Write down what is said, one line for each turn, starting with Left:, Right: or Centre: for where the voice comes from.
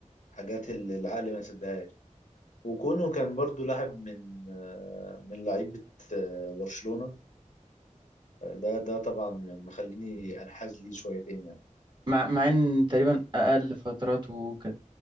Left: حاجات اللي العقل ما يصدقهاش وكونه كان برضو لاعب من من لعيبه برشلونه ده ده طبعا مخليني انحاز ليه شويتين
Right: مع مع ان تقريبا اقل فتراته كانت